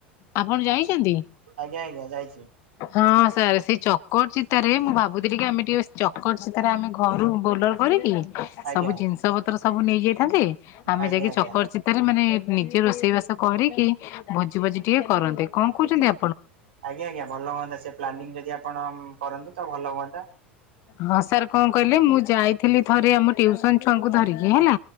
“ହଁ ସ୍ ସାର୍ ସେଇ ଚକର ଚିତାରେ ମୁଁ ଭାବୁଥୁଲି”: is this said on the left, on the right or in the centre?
Left